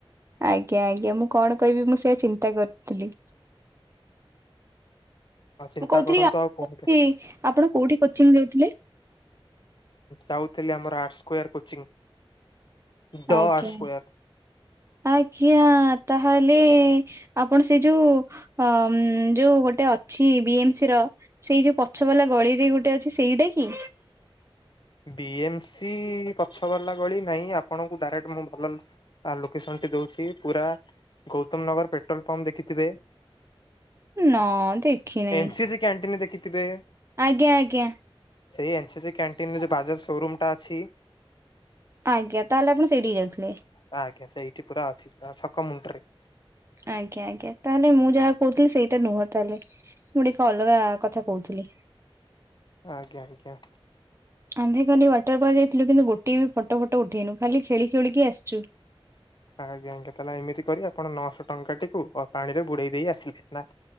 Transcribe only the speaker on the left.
ଆଉ ଚିନ୍ତା
କରନ୍ତୁ ଆଉ କୁହନ୍ତୁ
ଯାଉଥିଲି ଆମର art square coaching. The
art ସ୍କୋୟାର
ବି ଏମ ସି ପଛଵାଲା ଗଳି ନାଇଁ ଆପଣଙ୍କୁ ଡାଇରେକ୍ଟ ମୁଁ ଭଲ ଆଉ ଲୋକେସନ ଟି ଦଉଛି ପୁରା ଗୌତମ ନଗର ପେଟ୍ରୋଲ ପମ୍ପ ଦେଖିଥିବେ।
ଏନ୍ ସି ସି କ୍ୟାଣ୍ଟିନ ଦେଖିଥିବେ?
ସେଇ ଏନସିସ କ୍ୟାଣ୍ଟିନରେ ଯଉ ବାଜାଜ ସୋରୁମ ଟା ଅଛି।
ଆ ଆଜ୍ଞା ସେଇଠି ପୁରା ଅଛି ପୁରା ସକ ମୁଣ୍ଡରେ।
ଆଜ୍ଞା ଆଜ୍ଞା।
ଆଜ୍ଞା ଆଜ୍ଞା ତାହେଲେ ଏମିତି କରି ଆପଣ ନଅଶହ ଟଙ୍କାଟିକୁ ପାଣିରେ ବୁଡେଇ ଦେଇ ଆସିଲେ ନା?